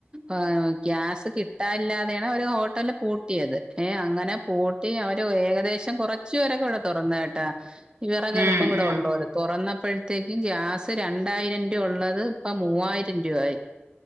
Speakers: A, on the right (about 20°); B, on the right (about 80°).
A: ആ ഗ്യാസ് കിട്ടാല്ലാതെയാണ് അവര് ഹോട്ടലൽ പൂട്ടിയത് ഏ അങ്ങനെ പൂ ട്ടി അവര് ഏകദേശം കൊറച്ച് വിറകടു തുറന്നേട്ടാ വിറകടുപ്പും
B: ഉം ഉം
A: കുടെ
B: ഉം
A: ഒള്ളോര്
B: ഉം
A: തൊറന്നപ്പഴ്ത്തേക്കും ഗ്യാസ് രണ്ട് രണ്ടായിരം രൃ ഉള്ളത് ഇപ്പ മൂവായിരം രൂപായി